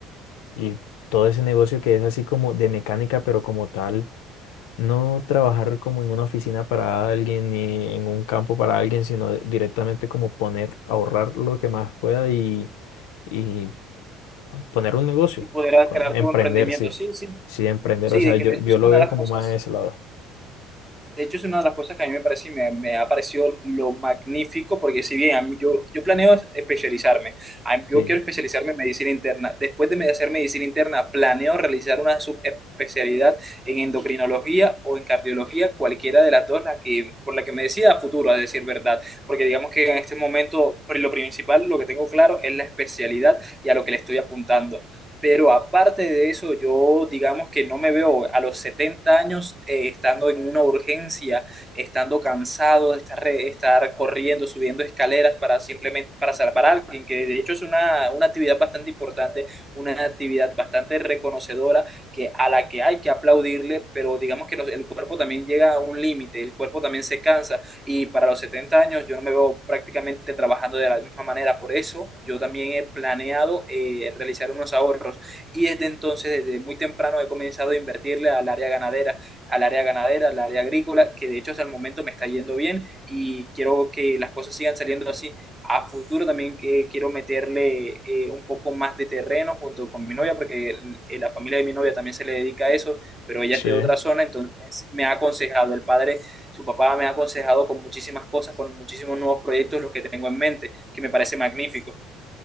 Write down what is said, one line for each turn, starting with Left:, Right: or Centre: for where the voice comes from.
Left: y todo ese negocio que es así como de mecánica, pero como tal. No trabajar como en una oficina para alguien ni en un campo para alguien, sino de- directamente como poner, ahorrar lo que más pueda y, y poner un negocio,
Right: Y poder
Left: co-
Right: crear
Left: emprender,
Right: tu emprendimiento.
Left: sí.
Right: Sí, sí,
Left: Sí, emprender,
Right: sí,
Left: o sea,
Right: de que
Left: yo,
Right: de hecho
Left: yo
Right: es
Left: lo
Right: una
Left: veo
Right: de las
Left: como
Right: cosas
Left: más de ese lado.
Right: De hecho, es una de las cosas que a mí me parece y me, me ha parecido lo magnífico, porque si bien a mí- yo, yo planeo especializarme, a mí-
Left: Sí.
Right: yo quiero especializarme en medicina interna. Después de me- hacer medicina interna, planeo realizar una subespecialidad en endocrinología o en cardiología, cualquiera de las dos, la que, por la que me decida a futuro, a decir verdad. Porque digamos que en este momento, pues, lo principal, lo que tengo claro es la especialidad y a lo que le estoy apuntando. Pero aparte de eso, yo digamos que no me veo a los 70 años eh, estando en una urgencia, estando cansado de estar, re- estar corriendo, subiendo escaleras para simplemente para salvar a alguien, que de hecho es una, una actividad bastante importante, una actividad bastante reconocedora que a la que hay que aplaudirle, pero digamos que nos- el cuerpo también llega a un límite, el cuerpo también se cansa y para los 70 años yo no me veo prácticamente trabajando de la misma manera. Por eso yo también he planeado eh, realizar unos ahorros y desde entonces, desde muy temprano, he comenzado a invertirle al área ganadera, al área ganadera, al área agrícola, que de hecho hasta el momento me está yendo bien y quiero que las cosas sigan saliendo así a futuro también que quiero meterle eh, un poco más de terreno junto con mi novia, porque el- eh, la familia de mi novia también se le dedica a eso, pero ella
Left: Sí,
Right: es de otra zona, entonces me ha aconsejado el padre su papá me ha aconsejado con muchísimas cosas, con muchísimos nuevos proyectos, los que tengo en mente, que me parece magnífico.